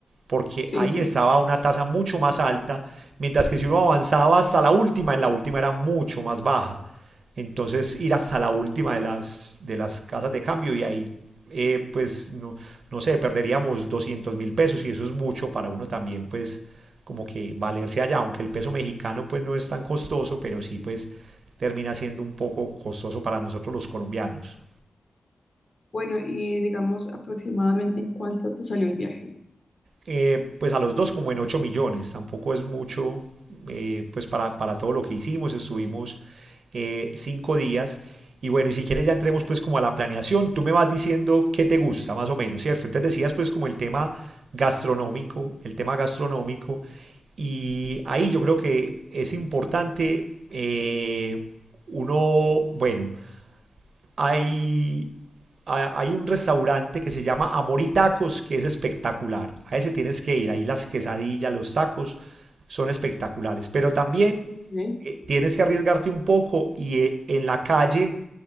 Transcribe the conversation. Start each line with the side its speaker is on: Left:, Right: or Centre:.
Right: porque
Left: Sí,
Right: ahí
Left: sí.
Right: estaba una tasa mucho más alta, mientras que si uno avanzaba hasta la última, en la última era mucho más baja. Entonces ir hasta la última de las, de las casas de cambio y ahí eh, pues no, no, sé, perderíamos doscientos mil pesos y eso es mucho para uno también, pues como que valerse allá, aunque el peso mexicano pues no es tan costoso, pero sí pues termina siendo un poco costoso para nosotros los colombianos.
Left: Bueno, y digamos aproximadamente en cuánto te salió el viaje.
Right: Eh, pues a los dos como en 8 millones, tampoco es mucho eh, pues para, para, todo lo que hicimos, estuvimos eh, cinco días. Y bueno, y si quieres ya entremos pues como a la planeación, tú me vas diciendo qué te gusta más o menos, ¿cierto? Entonces decías pues como el tema gastronómico, el tema gastronómico, Y ahí yo creo que es importante eh, uno, bueno, hay, ha- hay un restaurante que se llama Amor y Tacos, que es espectacular. A ese tienes que ir, ahí las quesadillas, los tacos son espectaculares. Pero también
Left: ¿Eh?
Right: eh, tienes que arriesgarte un poco y eh, en la calle